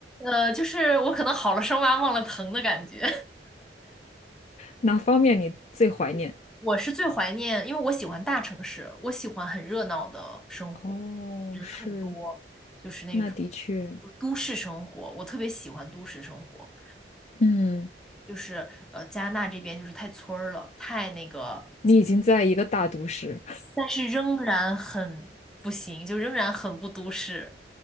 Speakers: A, in the centre; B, on the left (about 40°).
A: 呃，就是我可能好了伤疤忘了疼的感觉。
B: 哪方面你最怀念？
A: <laughs> 我是最怀念，因为我喜欢大城市，我喜欢很热闹的生活，
B: 哦，
A: 人很多，
B: 是，
A: 就是那种
B: 那的确，
A: 都市生活，我特别喜欢都市生活。
B: 嗯，
A: 就是呃，加拿大这边就是太村儿了，太那个，
B: 你已经在一个大都市，<laughs>
A: 但是仍然很不行，就仍然很不都市。